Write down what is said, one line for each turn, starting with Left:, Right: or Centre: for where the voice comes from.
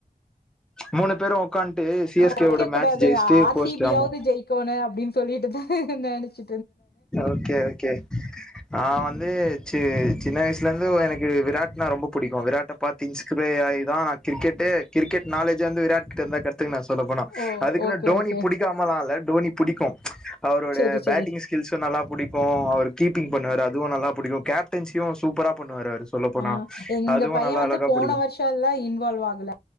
Centre: மூணு பேரு உக்கான்ட்டு
Left: <inaudible>
Centre: சி எஸ் கேவோட மேட்ச்
Left: கூடாது
Centre: ஜெயிச்சுட்டு
Left: ஆர்
Centre: போஸ்ட்
Left: சி பி
Centre: ஆமா
Left: யாவது ஜெயிக்கோணு அப்டின்னு சொல்லிட்டுதா நெனச்சு
Centre: ஓகே ஓகே ஆ நா வந்து சி சின்ன வயசுலேருந்து எனக்கு வி விராட்னா ரொம்ப புடிக்கு விராட்ட பாத்து இன்ஸ்பயர் ஆயிதா நான் கிரிக்கெட்டே கிரிக்கெட் நாலேஜ் வந்து விராட் கிட்ட இருந்துதா கத்துக்கின சொல்ல போனா
Left: ஓ
Centre: அதுக்குனு
Left: ஓகே
Centre: டோனி
Left: ஓகே
Centre: புடிக்காமலா இல்ல டோனி புடிக்கு அவரோடைய
Left: சேரி
Centre: பேட்
Left: சேரி
Centre: கில்சு நல்லா புடி க்கு அவரு கீப்பிங் பண்ணுவாரு அதுவு நல்லா புடிக்கு கேப்டன்சியு சூப்பரா பண்ணுவாரு அவரு சொல்ல போனா
Left: ஆ எங்க
Centre: அதுவு
Left: பைய
Centre: நல்லா
Left: வந்து
Centre: அழகா
Left: போன
Centre: புடிக்கு
Left: வர்ஷோலா இன்வால்வ் ஆகல